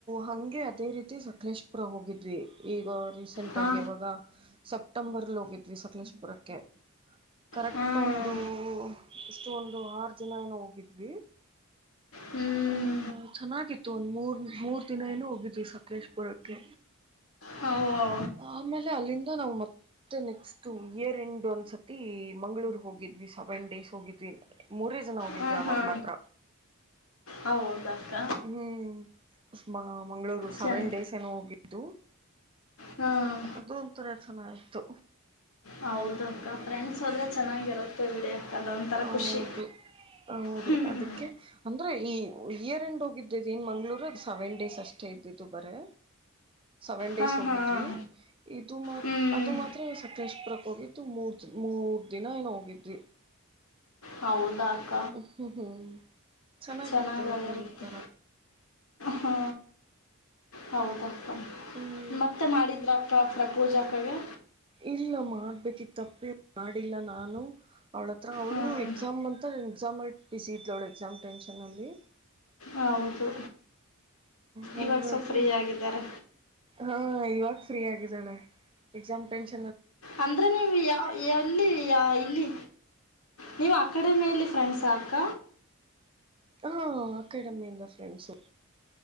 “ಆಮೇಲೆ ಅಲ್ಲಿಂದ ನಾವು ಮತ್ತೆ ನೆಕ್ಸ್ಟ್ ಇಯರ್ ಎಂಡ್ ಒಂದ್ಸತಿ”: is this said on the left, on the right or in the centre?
Right